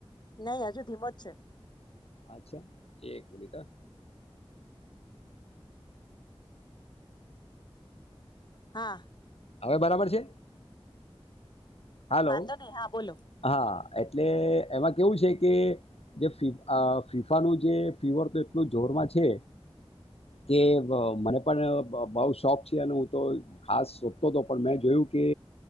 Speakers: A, on the left; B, on the left.
A: નહી હજુ ધીમો જ છે.
B: અચ્છા. એક ડેટા
A: હા.
B: હવે બરાબર છે? હાલો
A: વાંધો નહી. હા, બોલો.
B: હા, એટલે એમાં કેવું છે કે જે ફીફાનું જે ફીવર તો એટલું જોરમાં છે કે મને પણ બહુ શોખ છે. અને હું તો ખાસ શોધતો હતો પણ મેં જોયું કે,